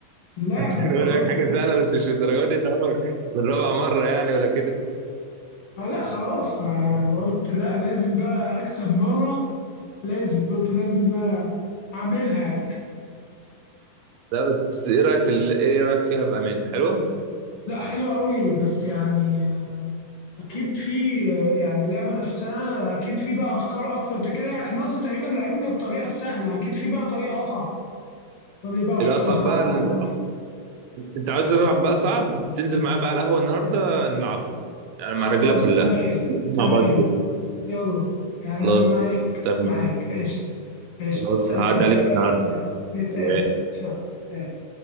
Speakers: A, on the left; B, on the right.
A: في اللعبة
B: عشان اقول
A: خلاص
B: لك حاجه
A: كده
B: سهله بس مش الدرجات دي طبعا بالرابع مره يعني ولا كده
A: اه لا خلاص آه، قلت لا لازم بقى اكسب مره لازم قلت لازم بقى اعملها
B: لا بس ايه رايك في ال- ايه رايك فيها بامان حلوه
A: لا حلوه قوي بس يعني آه، اكيد في آه، يعني اللعبه نفسها اكيد في بقى افكار اكتر انت كده احنا اصلا تقريبا لعبنا بالطريقه السهله اكيد في بقى طريقه اصعب قول لي بقى افكار
B: الاصعب
A: صعبه
B: بقى ال-
A: اكتر
B: انت عاوز تلعب بقى صعب تنزل معايا بقى على القهوه النهارده نلعبها يعني
A: خلاص
B: مع الرجاله كلها
A: تمام
B: مع
A: تمام
B: بعض كده
A: يلا يعني
B: خلاص
A: انا معاك
B: تمام
A: معاك قشطه قشطه
B: خلاص
A: سلام
B: هعدي عليك النهارده
A: سلام. نتقابل
B: سلام
A: ان شاء الله سلام.